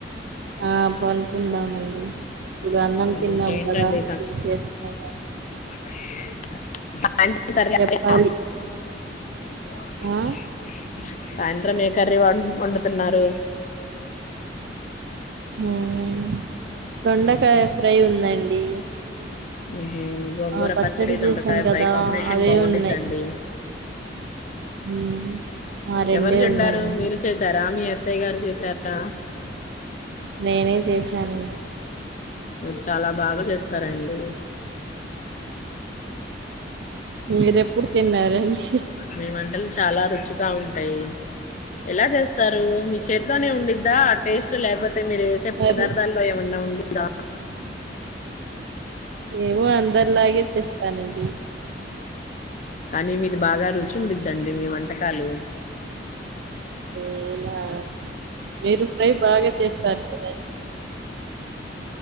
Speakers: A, on the right; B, on the left.
A: ఆ పనుకుందామండి ఇప్పుడు అన్నం తిన్నాం
B: ఇంకేంటండి
A: కదా కొంసేప్ తర్వాత
B: అ
A: చెప్పాలి
B: <unintelligible>
A: ఆ
B: సాయంత్రం ఏ కర్రీ వం ఒండుతున్నారు.
A: హూమ్ దొండకాయ ఫ్రై ఉందండి
B: ఊం గోంగూర
A: ఆ
B: పచ్చడి, దొండకాయ
A: చేశాను కదా
B: ఫ్రై కాంబినేషన్
A: అవే
B: బాగుండిద్దండి.
A: ఉన్నాయి హ్మ్. ఆ రెండే
B: ఎవరు చండారు
A: ఉన్నాయండి
B: మీరు చేశారా మీ అత్తయ్య గారు చేసారా
A: నేనే చేశాను
B: మీరు చాలా బాగా చేస్తారండి
A: మీరెప్పుడు తిన్నారండి
B: మీ వంటలు చాలా రుచిగా ఉంటాయి ఎలా చేస్ తరూ మీ చేతిలోనే ఉండిద్దా ఆ టేస్ట్, లేపోతే మీరు వేసే
A: అరే
B: పదార్థాల్లో ఏమన్నా ఉండి. దా
A: ఏమో అందరిలాగే చేస్తానండి
B: కానీ మీది బాగా రుచి ఉండిద్దండి మీ వంటకాలు
A: అవునా మీరు ఫ్రై బాగా చేస్తారు కదండి